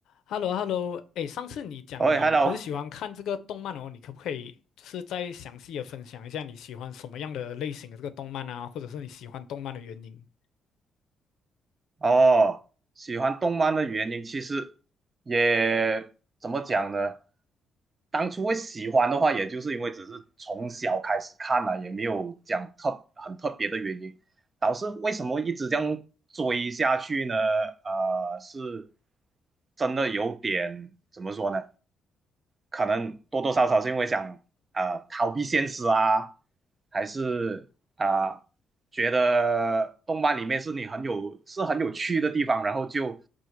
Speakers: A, on the left; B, on the right.
A: h e l l o h e l l o 哎，上次你讲你很喜欢看这个动漫哦，
B: 喂，Hello，
A: 你可不可以就是再详细的分享一下你喜欢什么样的类型的这个动漫啊，或者是你喜欢动漫的原因？
B: 哦，喜欢动漫的原因其实也怎么讲呢？当初会喜欢的话，也就是因为只是从小开始看了，也没有讲特很特别的原因。导致为什么一直这样追下去呢？呃，是真的有点怎么说呢？可能多多少少是因为想啊呃逃避现实啊，还是啊、呃觉得动漫里面是你很有是很有趣的地方，然后就